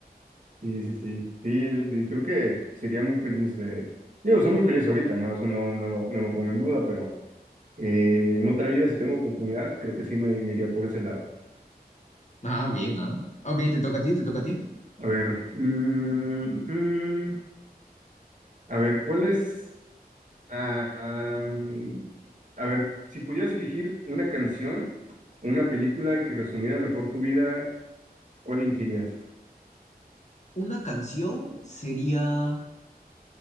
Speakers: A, on the right (about 50°); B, on the left (about 45°).
A: sí, sí, sí, sí, y creo que sería muy feliz, eh, digo, soy muy feliz ahorita, ¿no? Eso no, no lo, no lo pongo en duda, pero eh, en otra vida, si tengo oportunidad, creo que sí me, me iría por ese lado.
B: Ah, bien, ¿ah? Ok, te toca a ti, te toca a ti.
A: A ver, mm, mm, a ver, ¿cuál es? Ah, mm, a ver, si pudieras elegir una canción o una película que resumiera mejor tu vida, ¿cuál elegirías?
B: Una canción sería.